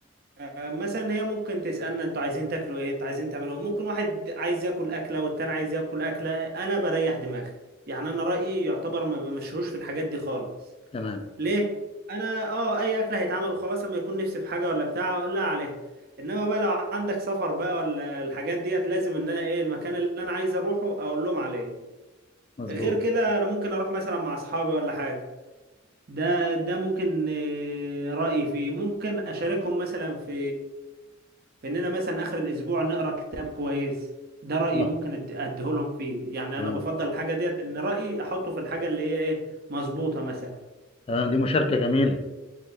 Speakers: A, on the right; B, on the left.
A: مثلا هي ممكن تسالنا انتوا عايزين تاكلوا ايه انتوا عايزين تعملوا ايه ممكن واحد عايز ياكل اكله والتاني عايز ياكل اكله انا بريح دماغي يعني انا رايي يعتبر ما بمشيهوش في الحاجات دي خالص
B: تمام
A: ليه انا اه اي اكله هيتعمل وخلاص اما يكون نفسي في حاجه ولا بتاع اقول لها عليها انما بقى لو عندك سفر بقى ولا الحاجات ديت لازم ان انا ايه المكان اللي انا عايز اروحه اقول لهم عليه
B: مظبوط
A: غير كده انا ممكن اروح مثلا مع اصحابي ولا حاجه ده ده ممكن آه، رأيي فيه ممكن أشاركهم مثلا في في إننا مثلا آخر الأسبوع نقرأ كتاب كويس ده رأيي
B: اه
A: ممكن أد- أديه لهم فيه يعني
B: تمام
A: أنا بفضل الحاجة ديت إن رأيي أحطه في الحاجة اللي هي إيه مظبوطة مثلا
B: تمام دي مشاركة جميلة